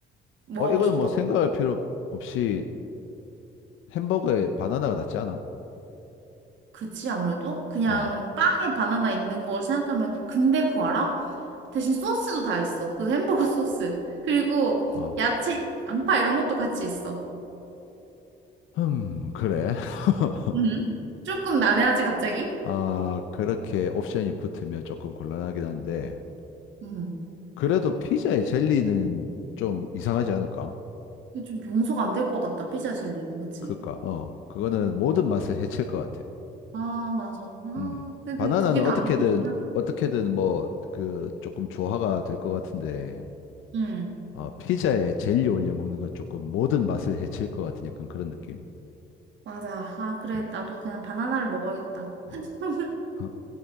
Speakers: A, on the right; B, on the left.
A: 뭐
B: 어,
A: 하고
B: 이거는
A: 싶어?
B: 뭐 생각할 필요 없이 햄버거에 바나나가 낫지 않아?
A: 그치 아무래도 그냥
B: 어,
A: 빵에 바나나 있는 걸 생각하면 근데 그거 알아? 대신 소스도 다 있어. 그 햄버거 소스. 그리고
B: 어.
A: 야채, 양파 이런 것도 같이 있어.
B: 음, 그래. <laughs>
A: 음. 조금 난해하지 갑자기?
B: 아, 그렇게 옵션이 붙으면 조금 곤란하긴 한데,
A: 음.
B: 그래도 피자에 젤리는 좀 이상하지 않을까?
A: 근데 좀 용서가 안 될 것 같다 피자 젤리는 그치?
B: 그니까, 어, 그거는 모든 맛을 해칠 것 같아.
A: 아 맞아. 아
B: 음.
A: 근데
B: 바나나는
A: 두 개
B: 어떻게든,
A: 다 안 먹고 싶다.
B: 어떻게든 뭐, 그, 조금 조화가 될 것 같은데,
A: 응
B: 어, 피자에 젤리 올려 먹는 건 조금 모든 맛을 해칠 것 같은 약간 그런 느낌.
A: 맞아. 아, 그래.
B: 음.
A: 나도 그냥 바나나를 먹어야겠다.
B: 어.
A: <laughs>
B: 어.